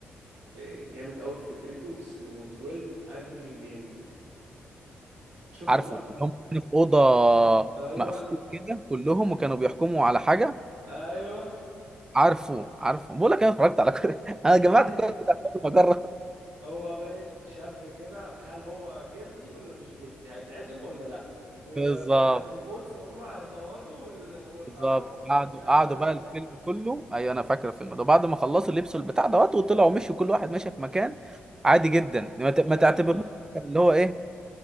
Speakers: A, on the right; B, on the right.
A: آه، جامد قوي في فكرته اسمه 12 Angry Men شفته
B: عارفه
A: ده
B: اللي هم كانوا في اوضه
A: ايوه
B: مقفول كده كلهم وكانوا بيحكموا على حاجه
A: ايوه
B: عارفه عارفه بقول لك انا اتفرجت على كل <laughs> انا
A: <laughs>
B: جمعت كل بتاع كل مجره
A: هو باين شاب كده هل هو جيلتي ولا مش جيلتي هيتعدم ولا لا و-
B: بالظبط
A: وهياخدوا فوتس هم هيصوتوا وال- وقرارهم
B: بالظبط قعدوا
A: بناء
B: قعدوا
A: عليها
B: بقى الفيلم
A: كده
B: كله ايوه انا فاكر الفيلم ده بعد ما خلصوا لبسوا البتاع دوت وطلعوا مشوا كل واحد ماشي في مكان عادي جدا ما ت- ما
A: ايوه
B: تعتبروش
A: حصل
B: اللي هو ايه